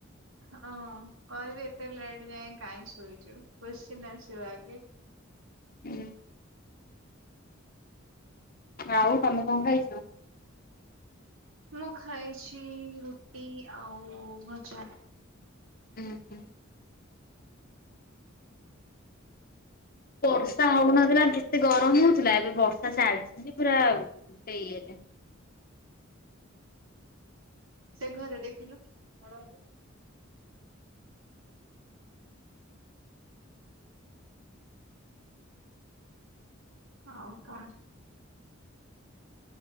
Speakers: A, on the right (about 80°); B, on the left (about 45°).
A: ହଁ କହିବେ ଏତେ ଲେଟ୍ ଯାଏ କାଇଁ ଶୋଇଛୁ କୋଶ୍ଚିନ ଆସିବ ଆଗେ।
B: ହୁଁ। ଆଉ ତମେ କଣ ଖାଇଚ?
A: ମୁଁ ଖାଇଚି ରୁଟି ଆଉ ଭଜା।
B: ଉଁ ହୁଁ। ବର୍ଷା ହଉନଥିଲା କେତେ ଗରମ ହଉଥିଲା ଏବେ ବର୍ଷା ଚାଲଚି ଯେ ପୁରା ଟେ ଇଏରେ।
A: ସେ ଘରେ ଦେଖିଲୁ ହଁ। ଆଉ କଣ?